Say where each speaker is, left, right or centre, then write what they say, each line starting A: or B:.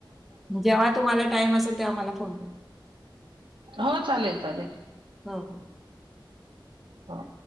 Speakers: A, in the centre; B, on the right.
A: जेव्हा तुम्हाला टाइम असेल तेव्हा मला फोन कररा.
B: हो चालेल चालेल.
A: हो हो.
B: हो.